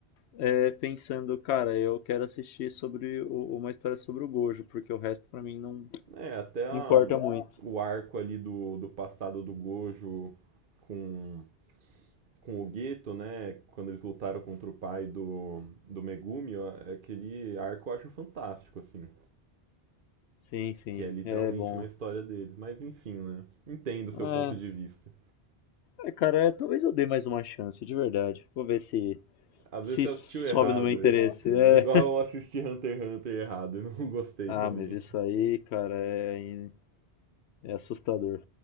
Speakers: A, on the left; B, on the right.
A: é, pensando, cara, eu quero assistir sobre o- uma história sobre o Gojo, porque o resto pra mim não
B: É, até a-
A: não importa muito.
B: o arco ali do, do passado do Gojo com, com o Gueto, né? Quando eles lutaram contra o pai do, do Megumi, ó, é aquele arco eu acho fantástico, assim.
A: Sim, sim,
B: Que é literalmente
A: é bom.
B: uma história deles. Mas enfim, né? Entendo o seu
A: Ah,
B: ponto de vista.
A: é, cara, é, talvez eu dê mais uma chance, de verdade. Vou ver se
B: Às
A: se
B: vezes você
A: sobe
B: assistiu errado.
A: no meu interesse.
B: <laughs>
A: É.
B: Igual eu assisti Hunter x Hunter errado e não <laughs> gostei
A: Ah,
B: também.
A: mas isso aí, cara, é, é assustador.